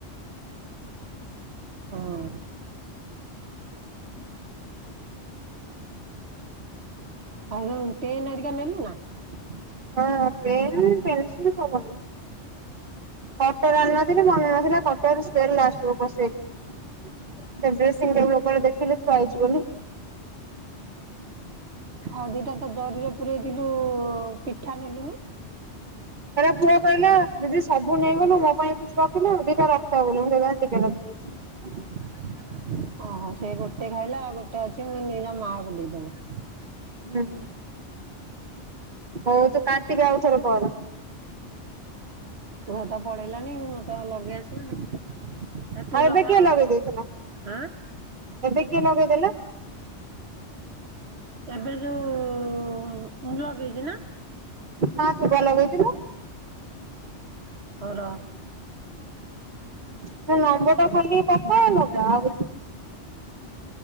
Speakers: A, on the right; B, on the right.
A: ହଁ ଆଉ ପେନ ହେରିକା ନେଲୁ ନା <unintelligible>
B: ହଁ ପେନ୍ ପେନ୍ସିଲ୍ ସ କଟର ଆଣି ନଥିଲି, ମନେନଥିଲା କଟର ସ୍କେଲ ଲାଷ୍ଟକୁ ପସେଇଲି। ସେ ଡ୍ରେସିଂ ଟେବୁଲ ଉପରେ ଦେଖିଲି ଥୁଆ ହେଇଛି ବୋଲି।
A: ଆଉ ଦିଟା ତ ଜରିରେ ପୂରେଇଥିଲୁ, ପିଠା ନେଲୁଣି
B: ପୁଅ କହିଲା ଦି ସବୁ ନେଇଗଲୁ, ମୋ ପାଇଁ କିଛି ରଖିଲୁ ଦିଟା ରଖତା ଗଲୁ ମୁଁ ଦିଟା <unintelligible>
A: ଓହୋ, ସେ ଗୋଟେ ଖାଇଲା, ଆଉ ଗୋଟେ ଅଛି ମୁଇ ନିଜ ମାଆକୁ ଦେଇଦବୁ।
B: ହୁଁ । ହଉ ତୁ କାଟିଦେ, ଆଉ ଥରେ କର ।
A: ତୁ ତ ପଳେଇଲୁଣି <unintelligible> ତ ଲଗେଇ ଆସୁନି, ତୁ
B: ଆଉ ଏବେ
A: ଲଗାଁ
B: କିଏ ଲଗେଇ
A: <unintelligible>
B: ଦେଇଥିଲା? ଏବେ କିଏ ଲଗେଇ ଦେଲା?
A: ଏବେ ଯୋଉ ଲଗେଇଛି ନା
B: ନା ତୁପା ଲଗେଇଥିଲୁ।
A: ହଉ ର
B: ସେ ନମ୍ବର ଟା ଖାଲି ପଠାଅ ମତେ ଆଉ